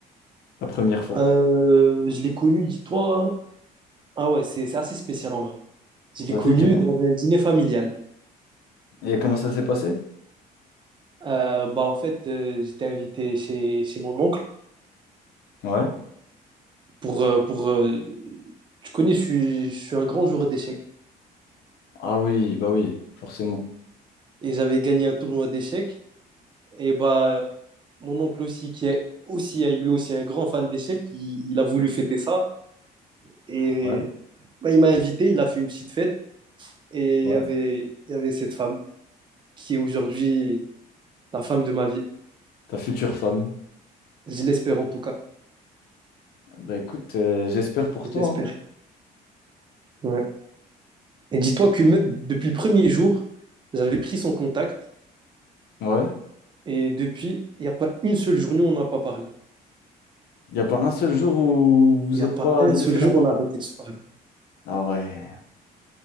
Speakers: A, on the left; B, on the right.
A: la première fois?
B: Euh, je l'ai connu, dis-toi. hein. Ah ouais, c'est c'est assez spécial en vrai. Je l'ai
A: Vas-y,
B: connu
A: dis-moi.
B: dans un dîner familial.
A: Et comment ça s'est passé?
B: Euh, bah en fait, euh, j'étais invité chez, chez mon oncle
A: Ouais.
B: pour euh, pour. euh, tu connais, je suis, je suis un grand joueur d'échecs
A: Ah oui, bah oui, forcément.
B: et j'avais gagné un tournoi d'échecs. Et bah mon oncle aussi qui est aussi lui aussi un grand fan d'échecs, il, il a voulu fêter ça et
A: Ouais,
B: bah, il m'a invité, il a fait une petite fête et
A: ouais.
B: il y avait il y avait cette femme qui est aujourd'hui la femme de ma vie.
A: Ta future femme.
B: Je l'espère en tout cas.
A: Bah écoute, euh, j'espère pour toi,
B: J'espère. Ouais. Et dis-toi que me- depuis le premier jour, j'avais pris son contact
A: hein. Ouais.
B: et depuis, il n'y a pas une seule journée où on n'a pas parlé.
A: Il n'y a pas un seul jour où vous
B: Il n'y
A: n'êtes
B: a pas
A: pas
B: un
A: adressé
B: seul jour
A: la parole.
B: où on a arrêté de se parler.
A: Ah ouais.